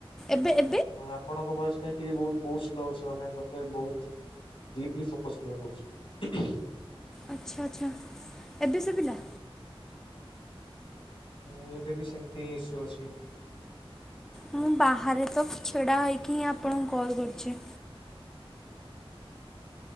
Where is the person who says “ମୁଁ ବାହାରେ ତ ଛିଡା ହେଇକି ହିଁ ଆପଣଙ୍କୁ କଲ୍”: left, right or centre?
Centre